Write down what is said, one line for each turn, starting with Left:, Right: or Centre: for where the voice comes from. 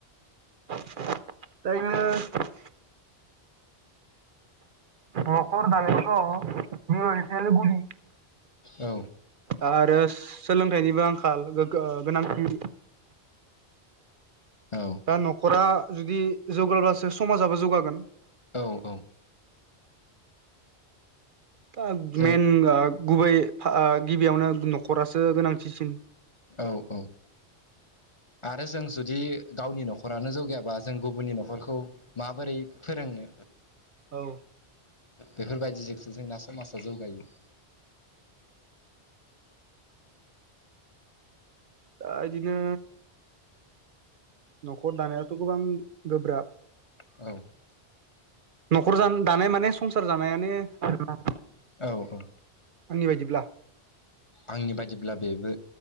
Right: <unintelligible> नखर दानायावथ' जों आरैनौ गुलि
Left: औ
Right: आरो सोलोंथाइनिबो आंखाल गो ओ गोनांथि
Left: औ
Right: दा न'खरा जुदि जौगाब्लासो समाजाबो जौगागोन।
Left: औ औ
Right: दा
Left: जों
Right: मेन ओ गुबै ओ गिबियावनो न'खरासो गोनांथिसिन
Left: औ औ आरो जों जुदि गावनि न'खरानो जौगायाबा जों गुबुननि न'खरखौ माबोरै फोरोंनो।
Right: औ
Left: बेफोरबायदिजोंसो जोंना समाजा जौगायो।
Right: दा बिदिनो न'खर दानायाथ' गोबां गोब्राब।
Left: औ
Right: न'खर जान दानाय माने संसार जानायानो आरो ना
Left: औ औ
Right: आंनि बायदिब्ला
Left: आंनि बायदिब्ला बेबो